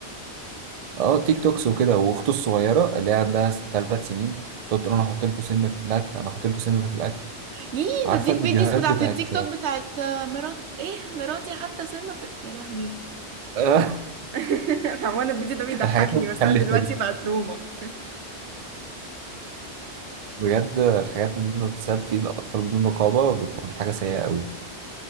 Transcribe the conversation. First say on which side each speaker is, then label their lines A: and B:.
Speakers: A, on the right (about 50°); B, on the right (about 80°).
A: اه تيك توكس وكده واخته الصغيره اللي هي عندها ثلاث سنين تقعد تقول انا هحط لكم سم في الاكل انا هحط لكم سم في الاكل
B: يي
A: عارفة
B: ده دي
A: الفيديوهات
B: الفيديوز بتاعت
A: بتاعت
B: التيك توك بتاعت آه، مرات ايه مراتي حتى سم في... يا لهوي
A: <laughs>
B: <laughs> عموما الفيديو ده بيضحكني
A: الحاجات المتخلفة
B: بس انا دلوقتي
A: دي
B: بقى تروما <laughs>
A: بجد الحاجات دي ما بتسبب في الأطفال بدون رقابة بتكون حاجة سيئة قوي